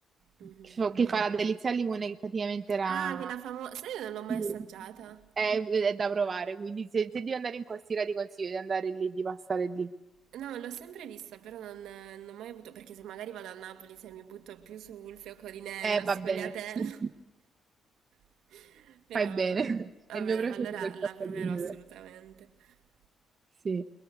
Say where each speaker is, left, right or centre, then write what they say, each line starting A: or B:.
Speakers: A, on the right (about 80°); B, on the right (about 40°).
A: Mhm.
B: Che fa che fa la delizia al limone che praticamente era...
A: Ah, quella famosa. Sai, io non l'ho mai
B: Sì.
A: assaggiata.
B: È, è da provare, quindi se, se devi andare in Costiera ti consiglio di andare lì, di passare lì.
A: No, l'ho sempre vista, però non, non ho mai avuto. Perché se magari vado a Napoli, se mi butto più sul fiocco di neve,
B: Eh,
A: la
B: vabbè,
A: sfogliatella.
B: sì.
A: <laughs> Però,
B: Fai bene. <laughs>
A: va
B: È il
A: bene,
B: mio preferito
A: allora
B: il
A: la
B: tappo
A: proverò
B: di neve.
A: assolutamente.
B: Sì.